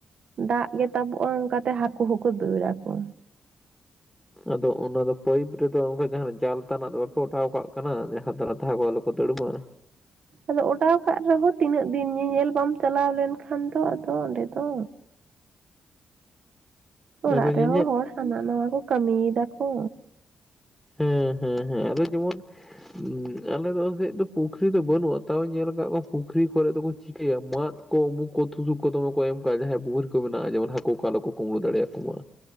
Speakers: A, on the right (about 60°); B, in the centre.
A: ᱫᱟᱜ ᱜᱮ ᱛᱟᱵᱚᱜᱼᱟ ᱚᱝᱠᱟᱛᱮ ᱦᱟᱠᱳ ᱦᱚᱸᱠᱚ ᱫᱟᱹᱲᱟ ᱠᱚ᱾
B: ᱟᱫᱚ ᱚᱱᱟ ᱫᱚ ᱯᱟᱹᱭᱤᱯ ᱨᱮᱫᱚ ᱚᱝᱠᱟ ᱡᱟᱦᱟᱸᱱᱟᱜ ᱡᱟᱞ ᱛᱟᱱᱟᱜ ᱫᱚ ᱵᱟᱯᱮ ᱚᱰᱟᱣ ᱠᱟᱜ ᱠᱟᱱᱟ ᱡᱟᱦᱟᱸ <unintelligible> ᱠᱚ ᱫᱟᱹᱲᱢᱟ᱾
A: ᱟᱫᱚ ᱚᱰᱟᱣ ᱠᱟᱜ ᱨᱮᱦᱚᱸ ᱛᱤᱱᱟᱹᱜ ᱫᱤᱱ ᱧᱮᱧᱮᱞ ᱵᱟᱢ ᱪᱟᱞᱟᱣ ᱞᱮᱱ ᱠᱷᱟᱱ ᱫᱚ ᱟᱫᱚ ᱚᱸᱰᱮ ᱫᱚ᱾ ᱚᱲᱟᱜ
B: ᱟᱫᱚ ᱧᱮᱧᱮᱞ
A: ᱨᱮᱦᱚᱸ ᱦᱚᱲ ᱦᱟᱱᱟ ᱱᱟᱣᱟ ᱠᱚ ᱠᱟᱹᱢᱤᱭ ᱫᱟ ᱠᱚ᱾
B: ᱦᱮᱸ, ᱦᱮᱸ, ᱦᱮᱸ ᱟᱫᱚ ᱡᱮᱢᱚᱱ ᱩᱸ ᱟᱞᱮ ᱫᱚ ᱥᱮᱫ ᱫᱚ ᱯᱩᱠᱷᱨᱤ ᱫᱚ ᱵᱟᱹᱱᱩᱜᱼᱟ ᱛᱟᱣᱮᱧ ᱧᱮᱞ ᱠᱟᱜ ᱠᱚᱣᱟ ᱯᱩᱠᱷᱨᱤ ᱠᱚᱨᱮᱫ ᱫᱚᱠᱚ ᱪᱤᱠᱟᱹᱭᱟ ᱢᱟᱫ ᱩᱢᱩᱠ ᱠᱚ ᱛᱷᱩᱥᱩᱠ ᱠᱚ ᱫᱚᱢᱮ ᱠᱚ ᱮᱢ ᱠᱟᱜᱼᱟ ᱡᱟᱦᱟᱸᱭᱟᱜ ᱯᱩᱠᱷᱨᱤ ᱠᱚ ᱢᱮᱱᱟᱜᱼᱟ ᱡᱮᱢᱚᱱ ᱦᱟᱠᱳ ᱠᱚ ᱟᱞᱚ ᱠᱚ ᱠᱩᱢᱵᱽᱲᱩ ᱫᱟᱲᱮᱭᱟᱠᱚ ᱢᱟ᱾